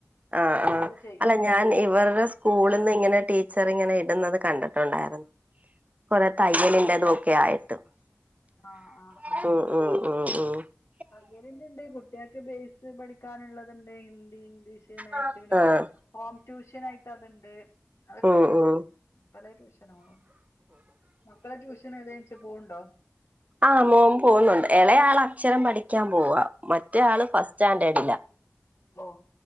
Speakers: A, on the right; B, on the left.
A: ആഹ് ആഹ്
B: അത് ചെയ്യ
A: അല്ല ഞാൻ ഇവരുടെ സ്കൂളിൽന്ന് ഇങ്ങനെ ടീച്ചർ ഇങ്ങനെ ഇടുന്നത് കണ്ട ട്ടുണ്ടായിരുന്നു, കൊറെ തയ്യലിന്റെ
B: ഉം
A: തൊക്കെ ആയിട്ട്. മ്
B: ആഹ് ആഹ്
A: മ്
B: ആഹ്
A: മ് മ്.
B: <unintelligible> കുട്ടികൾക്ക് ബേസ് പഠിക്കാനുള്ളത്ണ്ട് ഹിന്ദി ഇംഗ്ലീഷ്. മാക്സിമിനോ
A: ആഹ്
B: ഹോം ട്യൂഷൻ ആയിട്ട് അത്ണ്ട് അതൊക്കെണ്ട്.
A: ഉം ഉം
B: പല ട്യൂഷനങ്ങളും ഉണ്ട് മക്കളെ ട്യൂഷൻ ഏതനിച്ച പോവ്ണ്ടോ?
A: ആ മോൻ പോകുന്നുണ്ട് എളയാൾ അക്ഷരം പഠിക്കാൻ പോവാ മറ്റ ആള് ചാൻണ്ടേടില്ല.
B: ഓഹ്